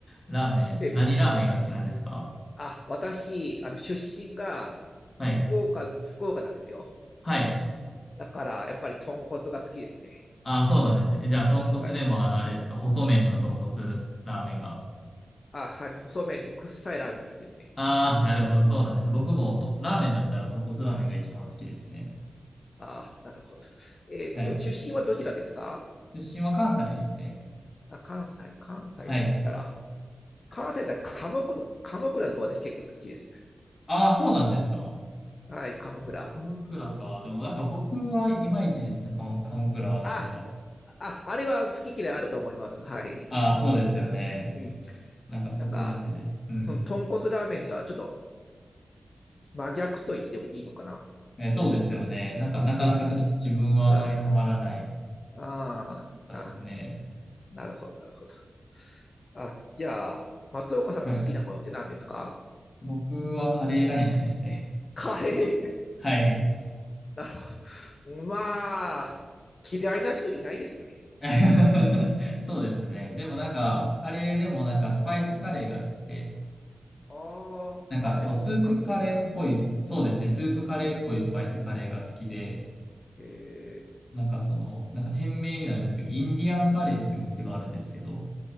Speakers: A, on the left; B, on the left.
A: <laughs> ラーメン、
B: で、
A: 何ラーメンが好きなんですか
B: あ、私、あの、出身が福岡、
A: はい。
B: 福岡なんですよ。
A: はい。
B: だから、やっぱり豚骨が好きですね。
A: ああ、そうなんですね。えじゃあ、豚骨でも、
B: はい。
A: あの、あれですか細麺の豚骨ラーメンが。
B: あ、はい。細麺で、くっさいラーメンが好きですね。
A: ああ、なるほど、そうなんですね。僕もと、ラーメンだったら豚骨ラーメンが一番好きですね。
B: あ、なるほど。えーっと、
A: はい。
B: 出身はどちらですか
A: 出身は関西ですね。
B: あ、関西、関西だったら。
A: はい。
B: 関西だったら鎌倉、鎌倉とか私結構好きです。
A: ああ、そうなんですか。
B: はい、鎌倉。
A: 鎌倉か。でもなんか僕はいまいちですね、鎌、鎌倉はなぜか。
B: あ、あ、あれは好き嫌いあると思います。はい。
A: ああ、そうですよね。
B: うん。
A: なんかそこまでです。
B: なんか、
A: うん。
B: うん、豚骨ラーメンとはちょっと真逆と言ってもいいのかな。
A: えーそうですよね。なんかなかなかちょっと自分はあまりハマらない
B: うん、すっきり。はい。ああ、
A: ですね。
B: あ、なるほど、なるほど。あ、じゃあ、松岡さんの好きなものって何ですか
A: はい。僕はカレーライスですね。
B: カレー。
A: <laughs> はい。
B: <laughs> なるほど。まあ、嫌いな人いないですよね。
A: <laughs> そうですね。でもなんか、
B: うん。あ
A: カレーでもなんかスパイスカレーが好きで、
B: あ、
A: なんかそう、
B: あ、じゃあ本格的な。
A: スープカレーっぽい、そうですね、スープカレーっぽいスパイスカレーが好きで、
B: あ、え
A: なんかその、なんか店名になるんですけど、インディアンカレーっていうお店があるんですけど、